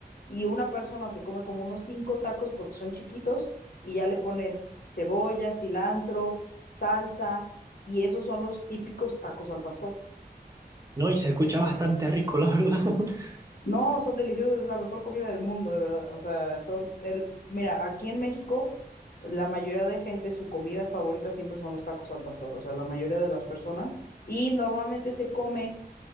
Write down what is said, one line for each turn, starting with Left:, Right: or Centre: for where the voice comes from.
Left: y una persona se come como unos cinco tacos porque son chiquitos y ya le pones cebolla, cilantro, salsa y esos son los típicos tacos al pastor.
Right: No, y se escucha bastante rico, la verdad. <laughs>
Left: No, son deliciosos, es la mejor comida del mundo, de verdad. O sea, son el, mira, aquí en México, la mayoría de gente, su comida favorita siempre son los tacos al pastor, o sea, la mayoría de las personas, y normalmente se come